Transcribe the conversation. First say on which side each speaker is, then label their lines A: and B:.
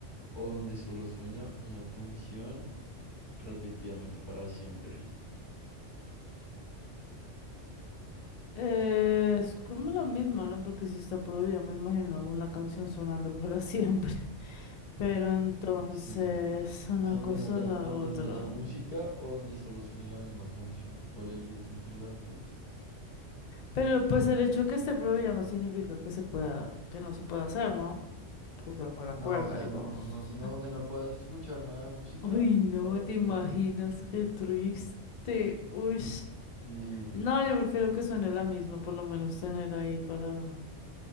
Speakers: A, on the left; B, on the left.
A: o donde solo suena una canción repetidamente para siempre?
B: Eh, es como lo mismo, ¿no? Porque si está prohibida, me imagino alguna canción sonando para siempre. <laughs> Pero entonces,
A: Sí.
B: una
A: O sea, donde
B: cosa
A: no haya,
B: o la
A: donde
B: otra.
A: no haya música
B: Mm.
A: o donde solo suene la misma canción. ¿Cuál eliges entre las dos?
B: Pero pues el hecho que esté prohibida no significa que se pueda, que no se pueda hacer, ¿no? Pues bajo la
A: No,
B: cuerda,
A: o sea,
B: digo.
A: no,
B: <laughs>
A: no, sé, no, donde no puedas escuchar nada de música
B: Uy, no,
A: o
B: te
A: donde...
B: imaginas, qué triste. Uy.
A: Sí,
B: No, yo prefiero que suene la misma, por lo menos tener ahí para,